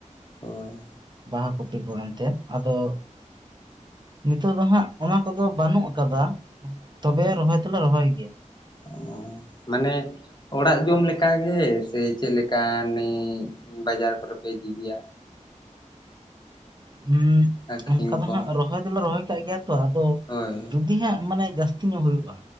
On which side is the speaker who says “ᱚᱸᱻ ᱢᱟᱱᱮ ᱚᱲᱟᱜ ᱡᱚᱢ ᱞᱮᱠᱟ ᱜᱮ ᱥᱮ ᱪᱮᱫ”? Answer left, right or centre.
Left